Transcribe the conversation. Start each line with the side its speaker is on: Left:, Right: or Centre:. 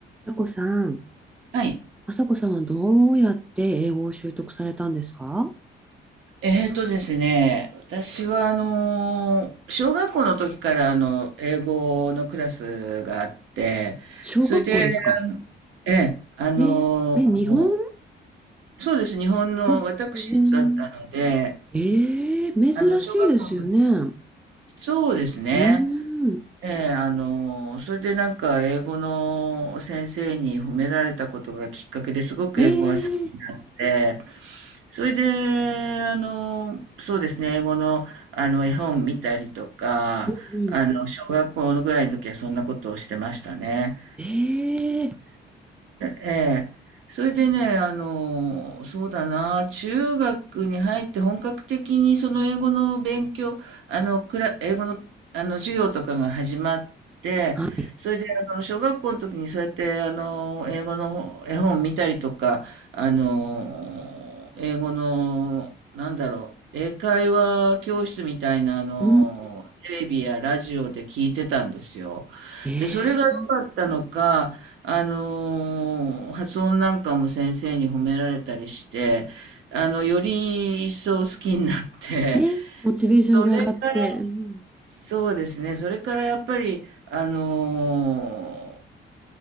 Centre: さこさん、
Right: はい。
Centre: あさこさんはどうやって英語を習得されたんですか
Right: えーとですね、私はあのー、小学校の時からあの、英語のクラスがあって、
Centre: 小学校ですか
Right: それで、ええ、あのー、
Centre: えー、え、日本
Right: そうです、日本の私立だったので、
Centre: あ、日本。えー、珍しいですよね。
Right: あの、小学校の時、
Centre: う
Right: そうですね、
Centre: ーん。
Right: ええ、あのー、それでなんか英語の先生に褒められたことがきっかけですごく英語が好
Centre: えー、
Right: きで、それで、あの、そうですね、英語の、あの、絵本見たりとか、
Centre: うんうん。
Right: あの、小学校ぐらいの時はそんなことをしてましたね。
Centre: えー、
Right: ええ。それでね、あの、そうだな、中学に入って本格的にその英語の勉強、あの、クラ、英語の、あの、授業とかが始まって、
Centre: はい。
Right: それで、あの、小学校の時にそうやって、あの、英語の絵本見たりとか、あの、英語の、なんだろう、英会話教室みたいな、あの、
Centre: うん。
Right: テレビやラジオで聞いてたんですよ。
Centre: えー、
Right: で、それが良かったのか、あのー発音なんかも先生に褒められたりして、あの、より一層好きになって、
Centre: えー、モチベーションが上がって。
Right: それから、
Centre: うん
Right: そうですね、それからやっぱり、あのー